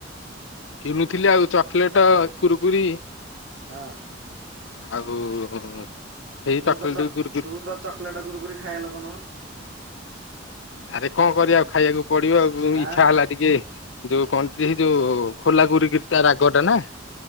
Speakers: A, on the left; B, on the right.
A: କିଣୁଥିଲି ଆଉ ଚକଲେଟ, କୁରୁକୁରି
B: ହଁ
A: <inaudible> ସେଇ
B: ତୁ
A: ଚକୋଲେଟ
B: ତ ଚ
A: କୁରୁକୁରି
B: ତୁ ତ ଚକଲେଟ କୁରକୁରି ଖାଇଆ ଲୋକ ନୁହଁ?
A: ଆରେ କଣ କରିଆ ଆଉ ଖାଇଆକୁ ପଡିବ। ଆ ଇଚ୍ଛା
B: ଆଁ
A: ହେଲା ଟିକେ ଯୋଉ କଣ ସେହି ଯୋଉ ଖୋଲା କୁରୁକୁରି ଟା ରାଗଟା ନା?